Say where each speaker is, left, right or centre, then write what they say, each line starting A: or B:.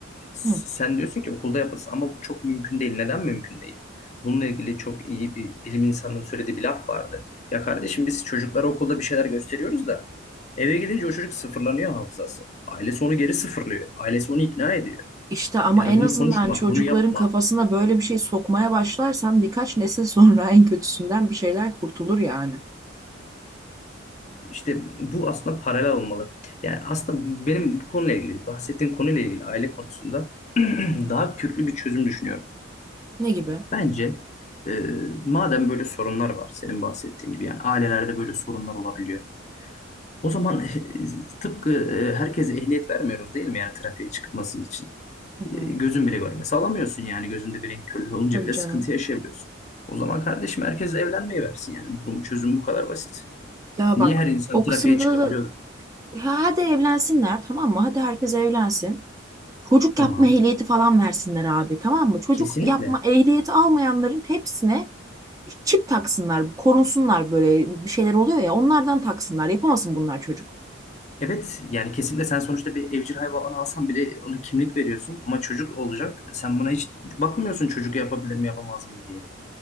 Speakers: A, on the left; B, on the right.
A: sen
B: hı,
A: diyorsun ki okulda yapılsın ama bu çok mümkün değil. Neden mümkün değil? Bununla ilgili çok iyi bir bilim insanının söylediği bir laf vardı. Ya kardeşim biz çocuklara okulda bir şeyler gösteriyoruz da eve gidince o çocuk sıfırlanıyor hafızası. Ailesi onu geri sıfırlıyor. Ailesi onu ikna ediyor.
B: işte ama
A: Yani
B: en
A: bunu
B: azından
A: konuşma,
B: çocukların
A: bunu yapma.
B: kafasına böyle bir şey sokmaya başlarsan birkaç nesil sonra en kötüsünden bir şeyler kurtulur yani.
A: İşte bu aslında paralel olmalı. Yani aslında benim bu konuyla ilgili, bahsettiğim konuyla ilgili aile konusunda <clears throat> daha köklü bir çözüm düşünüyorum.
B: Ne gibi?
A: Bence e, madem böyle sorunlar var senin bahsettiğin gibi yani ailelerde böyle sorunlar olabiliyor. O zaman <laughs> tıpkı e, herkese ehliyet vermiyoruz değil mi yani trafiğe çıkması için.
B: Hı
A: E,
B: hı.
A: gözün bile görmesi alamıyorsun yani gözünde bir renk körlüğü olunca
B: Tabii
A: bile
B: canım.
A: sıkıntı yaşayabiliyorsun. O zaman kardeşim herkes evlenmeyi versin yani bunun çözümü bu kadar basit.
B: Ya
A: Niye
B: bak
A: her insan
B: o
A: trafiğe
B: kısımda
A: çıkabiliyor?
B: da ha- hadi evlensinler tamam mı? Hadi herkes evlensin. Çocuk
A: Tamam
B: yapma ehliyeti falan versinler abi tamam mı? Çocuk
A: kesinlikle
B: yapma ehliyeti almayanların hepsine çip taksınlar, korunsunlar böyle bir şeyler oluyor ya onlardan taksınlar. Yapamasın bunlar çocuk.
A: Evet yani kesinlikle sen sonuçta bir evcil hayvan alsan bile ona kimlik veriyorsun ama çocuk olacak. Sen buna hiç bakmıyorsun çocuk yapabilir mi yapamaz mı diye.